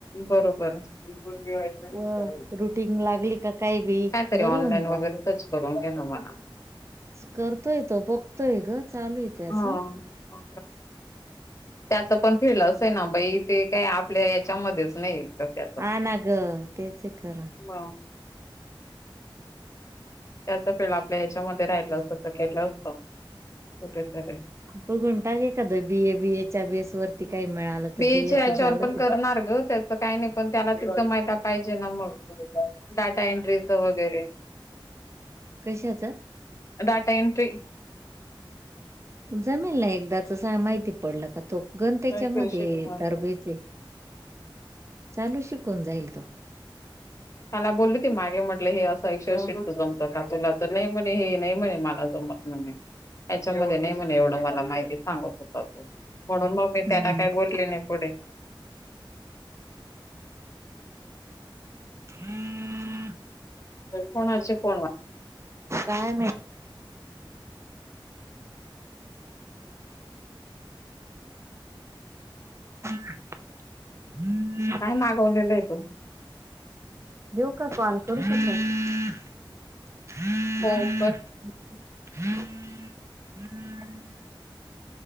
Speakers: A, on the left; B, on the right.
A: बरोबर काय
B: व रुटीन लागली का काही बी
A: तरी
B: बरं
A: ऑनलाईन
B: होऊन
A: वगैरे सच भरून घे ना म्हणा
B: करतो तो बघतोय ग चालू आहे त्याच
A: हा हा त्याच पण फिड अस आहे ना बाई ते काय आपल्या याच्यामध्येच नाही तर त्याच
B: ह ना ग तेच आहे खरं
A: ब त्याच फिळ आपल्या ह्याच्यामध्ये राहिलं असतं तर केलं असत कुठेतरी
B: बघंटाे काद बी ए बी ए च्या बी एस वरती त काही मिळालं तर
A: बीए
B: बीएच
A: याच्यावर
B: झालं
A: पण करणार
B: ते
A: ग त्याचं काही नाही पण त्याला तिं माहिला पाहिजे ना मग डाटा एंट्रीच वगैरे
B: कशचं
A: डाटा एंट्री
B: जमेल ना एकदाचस माहिती पडलं का तो गन त्याच्यामध्ये
A: एक्सेल शीट मध्ये.
B: तरबेज चालू शिकून जाईल तो
A: त्याला बोलली ते मागे म्हटलं हे असं एकशेशीटच जमतं का तुला तर नाही म्हणे हे नाही म्हणे मला जमत म्ह त्याच्यामध्ये नाही म्हणे एवढं मला माहिती सांगत होता तो म्हणून मग मी त्याला
B: हम्म
A: काही बोलले नाही पुढे
B: हम्
A: कोणाचे कोण वा
B: काय <unintelligible> <inaudible> हम्म <unintelligible>
A: काय मागवलेलं आहे तू
B: देऊ का कॉल करू शक हा
A: हो का
B: <inaudible>